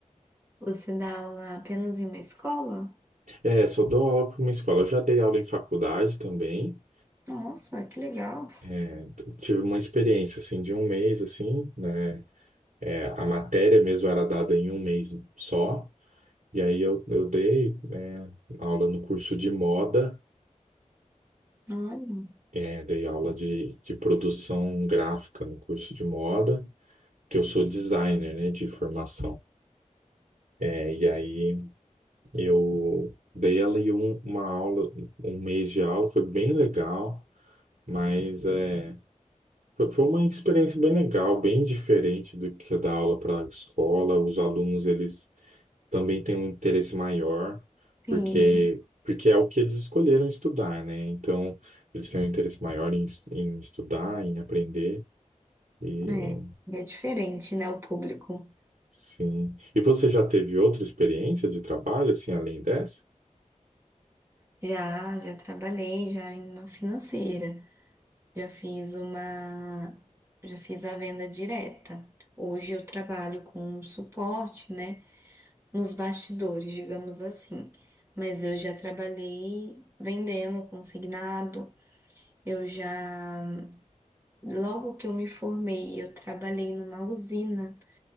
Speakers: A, on the right; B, on the right.
A: Você dá aula apenas em uma escola?
B: É, só dou aula para uma escola. Eu já dei aula em faculdade também.
A: Nossa, que legal.
B: É, tive uma experiência assim de um mês assim, né? É, a matéria mesmo era dada em um mês só. E aí eu, eu dei, né, aula no curso de moda,
A: Olha.
B: é, dei aula de, de produção gráfica no curso de moda, que eu sou designer, né, de formação. É, e aí eu dei ali um- uma aula, um mês de aula, foi bem legal, mas é, foi foi uma experiência bem legal, bem diferente do que dar aula para a escola. Os alunos, eles também tem um interesse maior,
A: Sim,
B: porque, porque é o que eles escolheram estudar, né? Então, eles têm um interesse maior em, es- em estudar, em aprender, e
A: é. E É diferente, né? O público.
B: sim. E você já teve outra experiência de trabalho, assim, além dessa?
A: Já, já trabalhei já em uma financeira. Já fiz uma, já fiz a venda direta. Hoje eu trabalho com suporte, né, nos bastidores, digamos assim. Mas eu já trabalhei vendendo consignado. Eu já, logo que eu me formei, eu trabalhei numa usina,